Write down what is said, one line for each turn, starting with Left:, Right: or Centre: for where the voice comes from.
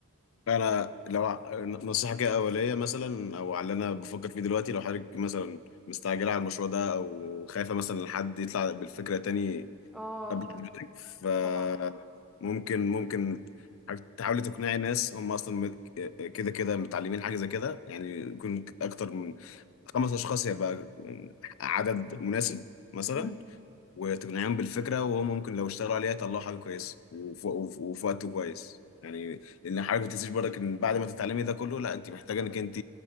Left: انا لو ع- نصيحه كده اوليه مثلا او على اللي انا بفكر فيه دلوقتي لو حضرتك مثلا مستعجله على المشروع ده او خايفه مثلا إن حد يطلع بالفكره تاني
Centre: اه
Left: قبل حضرتك فممكن
Centre: طبعا
Left: ممكن حضرتك تحاولي تقنعي ناس هم اصلا مت- كده كده متعلمين حاجه زي كده يعني يكون اكتر من خمس اشخاص يبقى عدد مناسب مثلا
Centre: امم
Left: وتقنعهم بالفكره وهم ممكن لو اشتغلوا عليها يطلعوا حاجه كويسه وف- وف- وفي وقت كويس يعني لان حضرتك ما تنسيش برضك ان بعد ما تتعلمي ده كله لا انت محتاجه انك انت